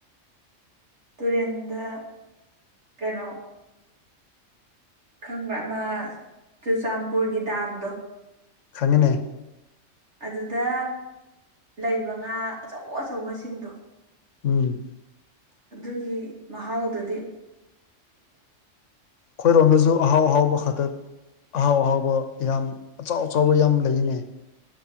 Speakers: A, on the right; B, on the left.
A: ꯇꯨꯔꯦꯟꯗ ꯀꯩꯅꯣ ꯈꯪꯕ꯭ꯔꯥ ꯑꯃ ꯆꯨꯔꯆꯥꯟꯄꯨꯔꯒꯤ ꯗꯥꯝꯗꯣ
B: ꯈꯪꯉꯤꯅꯦ
A: ꯑꯗꯨꯗ ꯂꯩꯕ ꯉꯥ ꯑꯆꯧ ꯑꯆꯧꯕꯁꯤꯡꯗꯣ
B: ꯎꯝ
A: ꯑꯗꯨꯒꯤ ꯃꯍꯥꯎꯗꯨꯗꯤ
B: ꯑꯩꯈꯣꯏꯔꯣꯝꯗꯁꯨ ꯑꯍꯥꯎ ꯑꯍꯥꯎꯕ ꯈꯛꯇ ꯑꯍꯥꯎ ꯑꯍꯥꯎꯕ ꯌꯥꯝ ꯑꯆꯥꯎ ꯑꯆꯥꯎꯕ ꯌꯥꯝ ꯂꯩꯅꯦ